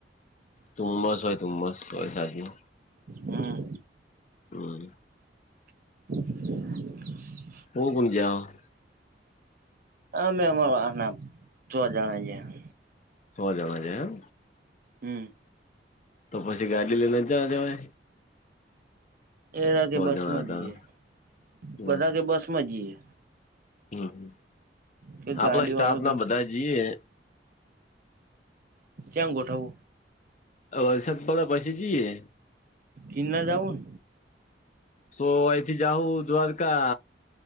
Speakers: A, on the left (about 40°); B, on the right (about 55°).
A: તુમ્મસ હોય તુમ્મસ હોય શદી
B: હમ
A: હમ
B: <inaudible>
A: <unintelligible>
B: આમે એમાના છ જણા જીયા
A: સો જણા ગયા એમ
B: હમ
A: તો પછી ગાડી લઈને જ જવાય
B: એરા <unintelligible>
A: સો
B: બસ
A: જણા
B: માં
A: હતા
B: જઈએ
A: હમ
B: બધા કે બસ માં જઈએ.
A: હમ
B: કે
A: હ આપડા
B: ગાડી
A: સ્ટાફ
B: વાળો
A: ના
B: કે
A: બધા જઈએ.
B: ચમ ગોઠબુ.
A: વરસાદ પડા પછી જઈએ.
B: કિન્લા જઉું.
A: તો અહીથી જાઉું દ્વારકા